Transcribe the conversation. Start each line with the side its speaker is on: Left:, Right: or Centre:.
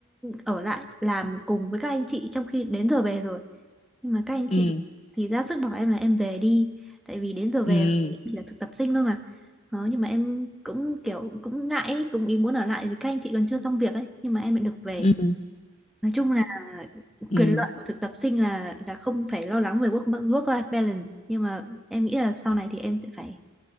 Centre: ở lại làm cùng với các anh chị trong khi đến giờ về rồi nhưng mà các anh chị
Left: ừ
Centre: thì ra sức bảo em là em về đi tại vì đến giờ về
Left: ừ
Centre: rồi em chỉ là thực tập sinh thôi mà đó, nhưng mà em cũng kiểu cũng ngại ấy, cũng ý muốn ở lại vì các anh chị còn chưa xong việc ấy nhưng mà em lại được về
Left: ừ
Centre: nói chung là
Left: ừ
Centre: quyền lợi của thực tập sinh là là không phải lo lắng về work work life balance nhưng mà em nghĩ là sau này thì em sẽ phải